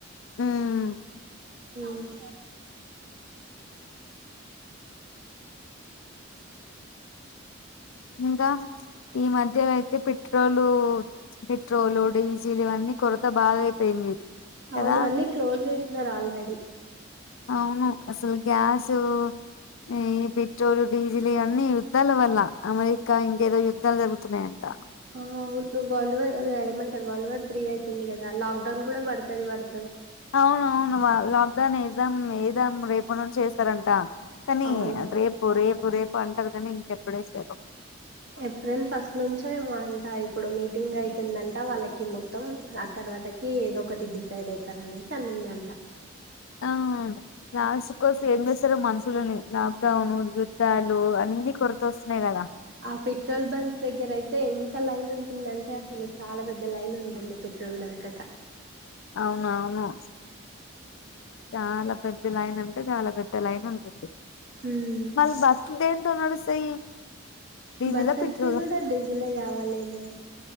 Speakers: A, on the left; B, on the right.
A: ఉమ్,
B: ఉమ్మ్
A: ఇంగ ఈ మధ్య అయితే పెట్రోలు పెట్రోలు డీజీలు అన్నీ కొరత బాగా అయిపోయింది
B: అవును
A: కదా
B: అన్ని క్లోజ్ చేసినారు ఆల్రెడీ
A: అవును అసలు గ్యాసు ఈ పెట్రోల్ డీజిల్ ఇవన్నీ యుద్ధాల వల్ల అమెరికా ఇండియా ఏదో యుద్ధాలు జరుగుతున్నాయంట
B: ఆ వరల్డ్ వర్ అ ఏమంటారు వరల్డ్ వార్ త్రీ అవుతుంది కదా లాక్ డౌన్ కూడా పడుతుంది వాడు
A: అవునవును లాక్డౌన్ వేద్దాం వేద్దాం రేపటి నుంచి వేస్తారు అంట కానీ
B: అవును
A: రేపు రేపు రేపు అంటారు కానీ ఇంకెప్పుడేసారు
B: ఏప్రిల్ ఫస్ట్ నుంచీ ఏమో అంట ఇప్పుడు మీటింగ్ అవుతుందంట వాళ్ళకి మొత్తం ఆ తర్ తర్వాతకి ఏదో ఒకటి డిసైడ్ అవుతారు అనేసి అన్నంది అంట
A: ఆ లాస్ట్ వస్తే ఏం చేస్తారో మనుషులని లాక్ డౌన్ యుద్ధాలు అన్ని కొరత వస్తున్నాయి కదా
B: ఆ పెట్రోల్ బంక్ దగ్గర అయితే ఎంత లైన్ ఉంటుందంటే అసలు చాలా పెద్ద లైన్ ఉంటుంది పె పెట్రోల్ దొరకక
A: అవునవును చాలా పెద్ద లైన్ అంటే చాలా పెద్ద లైన్ ఉంటుంది
B: హ్మ్
A: మళ్ళీ బస్ దే నడుస్తాయి డీజిలా
B: బస్సెస్
A: పెట్రోల్
B: కి కూడా డిజిల్ ఏ కావాలేమో